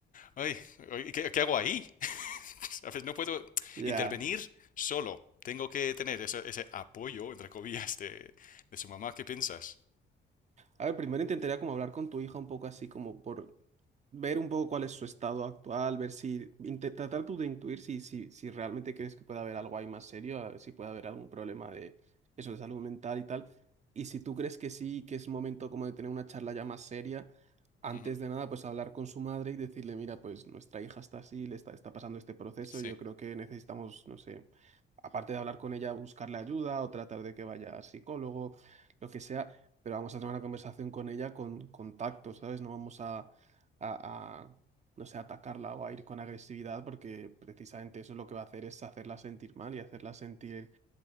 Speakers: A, on the left; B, on the right.
A: Ay, ay, ¿qué, qué hago ahí? <laughs> ¿Sabes? No puedo
B: Ya.
A: intervenir solo. Tengo que tener ese, ese apoyo, entre comillas, de, de su mamá. ¿Qué piensas?
B: A ver, primero intentaría como hablar con tu hija un poco así como por ver un poco cuál es su estado actual, ver si, inte- tratar tú de intuir si, si, si realmente crees que puede haber algo ahí más serio, a ver si puede haber algún problema de eso de salud mental y tal. Y si tú crees que sí, que es momento como de tener una charla ya más seria, antes
A: Ujú,
B: de nada, pues hablar con su madre y decirle, mira, pues nuestra hija está así, le está, está pasando este proceso,
A: Sí,
B: yo creo que necesitamos, no sé, aparte de hablar con ella, buscarle ayuda o tratar de que vaya al psicólogo lo que sea, pero vamos a tener una conversación con ella con, con tacto, ¿sabes? No vamos a, a- a, no sé, atacarla o a ir con agresividad porque precisamente eso lo que va a hacer es hacerla sentir mal y hacerla sentir